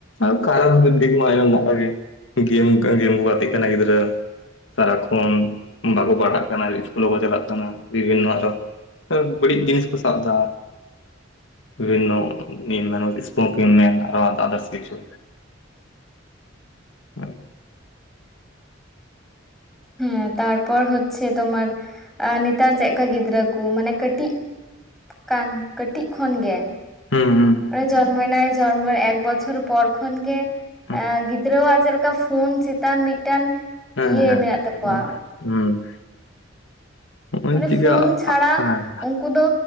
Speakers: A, on the left; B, in the centre.
A: ᱳᱭ ᱠᱟᱨᱚᱱ <unintelligible> ᱜᱮᱢ ᱠᱚ ᱜᱟᱛᱮᱜ ᱠᱟᱱᱟ ᱜᱤᱫᱽᱨᱟᱹ ᱥᱟᱨᱟᱠᱷᱚᱱ ᱵᱟᱠᱚ ᱯᱟᱲᱦᱟᱜ ᱠᱟᱱᱟ, ᱤᱥᱠᱩᱞ ᱵᱟᱠᱚ ᱪᱟᱞᱟᱜ ᱠᱟᱱᱟ, ᱵᱤᱵᱷᱤᱱᱱᱚ ᱟᱨᱦᱚ ᱵᱟᱹᱲᱤᱡ ᱡᱤᱱᱤᱥ ᱠᱚ ᱥᱟᱵᱽ ᱫᱟ ᱵᱤᱵᱷᱤᱱᱱᱚ <unintelligible> <unintelligible> ᱟᱨᱚ ᱟᱫᱟᱨᱥ ᱠᱤᱪᱷᱩ ᱦᱮᱸ <unintelligible>
B: ᱦᱮᱸ ᱛᱟᱨᱯᱚᱨ ᱦᱳᱪᱷᱮ ᱛᱳᱢᱟᱨ ᱟ ᱱᱮᱛᱟᱨ ᱪᱮᱫᱠᱟ ᱜᱤᱫᱽᱨᱟᱹ ᱠᱚ ᱢᱟᱱᱮ ᱠᱟᱹᱴᱤᱡᱽ ᱠᱟᱱ ᱠᱟᱹᱴᱤᱡᱽ ᱠᱷᱚᱱᱜᱮ
A: ᱦᱩᱸ ᱦᱩᱸ
B: ᱡᱚᱱᱢᱚᱭᱱᱟᱭ ᱡᱚᱱᱢᱚ ᱮᱠ ᱵᱚᱪᱷᱚᱨ ᱯᱚᱨ ᱠᱷᱚᱱ ᱜᱮ
A: ᱦᱩᱸ
B: ᱮᱸ ᱜᱤᱫᱽᱨᱟᱹᱣᱟᱜ ᱪᱮᱫ ᱞᱮᱠᱟ ᱯᱷᱳᱱ ᱪᱮᱛᱟᱱ ᱢᱤᱫᱴᱟᱱ
A: ᱦᱮᱸ
B: ᱤᱭᱟᱹ
A: ᱦᱮᱸ
B: ᱢᱮᱱᱟᱜ ᱛᱟᱠᱚᱣᱟ
A: ᱦᱮᱸ ᱦᱩᱸ ᱱᱚᱜᱼᱚᱭ
B: ᱢᱟᱱᱮ
A: ᱪᱤᱠᱟ
B: ᱯᱷᱳᱱ ᱪᱷᱟᱲᱟ
A: ᱦᱮᱸ
B: ᱩᱱᱠᱩ ᱫᱚ